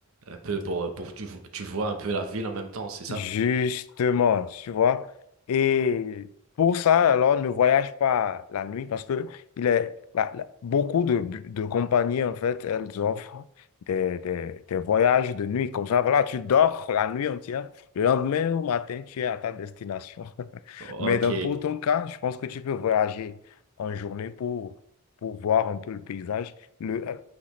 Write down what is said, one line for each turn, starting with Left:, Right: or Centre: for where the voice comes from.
Right: un peu pour pour tu, vo- tu vois un peu la ville en même temps, c'est ça?
Left: Justement, tu vois. Et pour ça, alors, ne voyage pas la nuit parce que il est, la- la- beaucoup de, de compagnies, en fait, elles offrent des, des, des voyages de nuit. Comme ça, voilà, tu dors la nuit entière. Le lendemain au matin, tu es à ta destination. <laughs>
Right: Ok.
Left: Mais dans, pour ton cas, je pense que tu peux voyager en journée pour, pour voir un peu le paysage. Le, euh,